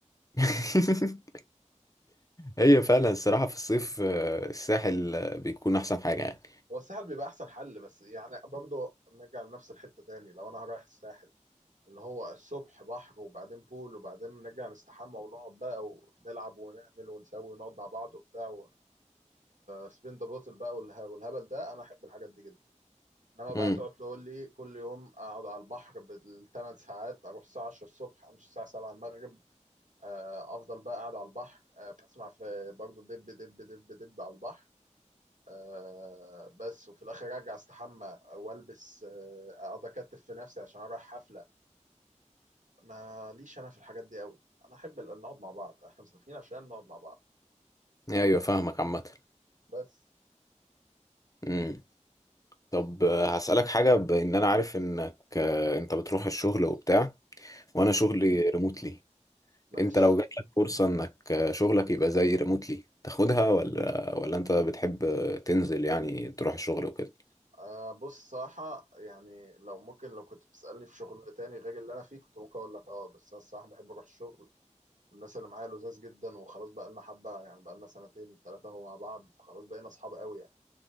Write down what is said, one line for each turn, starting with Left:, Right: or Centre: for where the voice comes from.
Left: <laughs> هي فعلا الصراحة في الصيف آه، الساحل آه، بيكون أحسن حاجة يعني
Right: هو الساحل بيبقى احسن حل بس يعني برضه نرجع لنفس الحتة تاني لو انا رايح الساحل اللي هو الصبح بحر وبعدين بول وبعدين نرجع نستحمى ونقعد بقى ونلعب ونعمل ونسوي ونقعد مع بعض وبتاع سبين ذا بوتل بقى والها- والهبل ده انا احب الحاجات دي جدا انما بقى
Left: امم
Right: تقعد تقول لي كل يوم اقعد على البحر بالثمان ساعات اروح الساعه 10 الصبح امشي الساعه 7 المغرب آه، افضل بقى قاعد على البحر آه، بسمع في برضه دب دب دب دب على البحر آه بس وفي الاخر ارجع استحمى والبس آه، اقعد اكتف في نفسي عشان اروح حفله ماليش انا في الحاجات دي قوي انا احب ال- نقعد مع بعض احنا مسافرين عشان نقعد مع بعض
Left: أيوة فاهمك عامة
Right: بس
Left: امم طب آه، هسألك حاجة بإن أنا عارف إنك آه، أنت بتروح الشغل وبتاع وأنا
Right: م.
Left: شغلي ريموتلي
Right: ماشي
Left: أنت لو جاتلك فرصة إنك آه، شغلك يبقى زي ريموتلي تاخدها ولا ولا أنت بتحب آه، تنزل يعني تروح الشغل وكده
Right: آه بص صراحة يعني لو ممكن لو كنت بتسألني في شغل تاني غير اللي أنا فيه كنت ممكن أقول لك أه بس أنا الصراحة بحب أروح الشغل الناس اللي معايا لذاذ جدا وخلاص بقالنا حبة يعني بقالنا سنتين تلاتة أهو مع بعض فخلاص بقينا أصحاب قوي يعني